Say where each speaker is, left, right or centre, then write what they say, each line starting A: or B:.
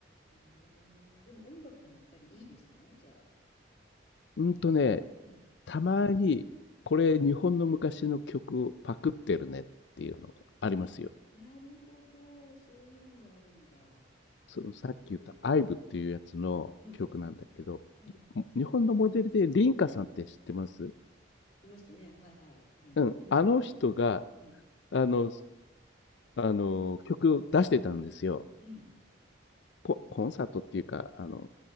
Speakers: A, on the left; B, on the left.
A: なるほどね。でも音楽もやっぱりいいですね、じゃあ。
B: うんとね、
A: うん。
B: たまに、これ日本の昔の曲をパクってるねっていうのがありますよ。
A: なるほど、そういうのはあるんだ。
B: そのさっき言ったアイブっていうやつの曲なんだけど、
A: へえ。うんうんうん。
B: 日本のモデルでリンカさんって知ってます
A: いましたね。はいはい。うん。
B: うん。
A: 華やかな人。
B: あの人が、
A: うん。
B: あの、あの、曲を出してたんですよ。
A: うん
B: ココンサートっていうか、あの、